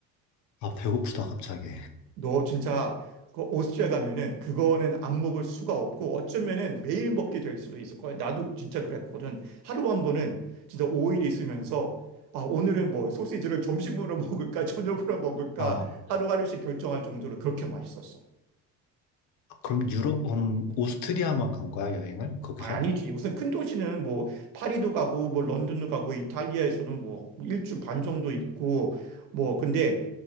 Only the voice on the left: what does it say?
아, 배고프다, 갑자기.
어,
그럼 유럽, 음, 오스트리아만 간 거야, 여행을? 거기서?